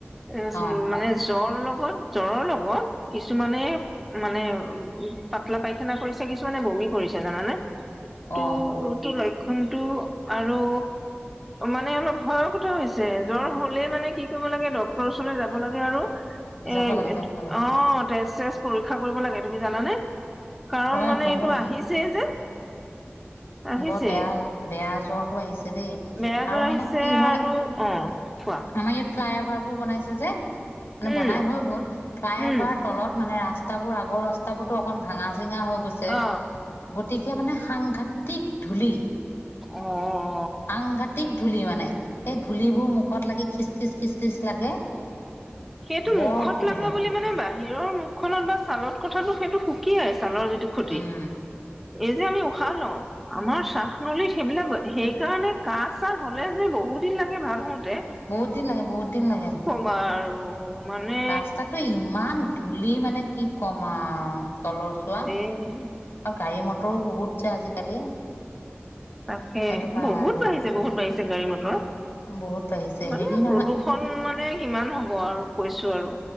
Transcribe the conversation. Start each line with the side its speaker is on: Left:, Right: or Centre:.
Centre: উম,
Left: অ
Centre: উম মানে জ্বৰ লগত জ্বৰৰ লগত কিছুমানে মানে উম, উম পাতলা পাইখানা কৰিছ ছে কিছুমানে বমি কৰিছে জানানে
Left: অ
Centre: তো এইটো লক ক্ষণতো আৰু মানে অলপ ভয়ৰ কথা হৈছে জ্বৰ হলেই মানে কি কৰিব লাগে ডক্তৰৰ ওচৰলৈ যাব লাগে আৰু
Left: যাব
Centre: এ, অ'
Left: লাগে যাব লাগে
Centre: তেজ-চেছ পৰীক্ষা কৰিব লাগে তুমি জানা নে? কাৰণ
Left: হয়
Centre: মানে
Left: কৰিব
Centre: এইটো
Left: লাগে
Centre: আহিছেই যে। আহিছে
Left: বৰ বেয়া, বেয়া জ্বৰটো আহিছে দেই।
Centre: বেয়া জ্বৰ
Left: আৰু মানে
Centre: আহিছে
Left: কি হয়
Centre: আৰু অ কোৱা
Left: আমাৰ আমি ফ্লাই অভাৰ বোৰ বনাইছে যে মানে
Centre: উম
Left: বনাই হৈ গ'ল ফ্লাই
Centre: উম
Left: অভাৰ তলত মানে ৰাস্তাবোৰ আগৰ ৰাস্তাবোৰতো অকন ভাঙা-চিঙা হৈ গৈছে
Centre: অ
Left: গতিকে মানে সাংঘাটিক ধূলি
Centre: অ'অ'
Left: আংঘাটিক ধূলি মানে। এই ধূলিবোৰ মুখত লাগি খিচ, খিচ, খিচ, খিচ লাগে।
Centre: সেইটো
Left: বৰ
Centre: মুখত
Left: অসুবিধা
Centre: লগা বুলি মানে বাহিৰৰ মুখখনত বা ছালত কথাটো সেইটো শুক কি <unintelligible> ছালৰ যিটো শতি
Left: উম
Centre: এই যে আমি উশাহ লওঁ আমাৰ চাহ নলী সেইবিলাক সেই কাৰণে কাহ-চাহ হ'লে যে বহুত দিন লাগে ভাল হওঁতে
Left: বহুত দিন লাগে, বহুত দিন লাগে।
Centre: বাৰু মানে
Left: ৰাস্তাটো ইমান ধূলি মানে কি ক'ম আও তলৰ চোৱা।
Centre: উম,
Left: অ' গাড়ী-মটৰো বহুত যে আজিকালি।
Centre: তাকে
Left: সেইটো কাৰণে
Centre: বহুত বাঢ়িছে, বহুত বাঢ়িছে গাড়ী-মটৰ
Left: বহুত বাঢ়িছে
Centre: মানে
Left: হেৰি নহয়
Centre: প্ৰদূষ ষণ মানে কিমান হ'ব আৰু কৈছো আৰু।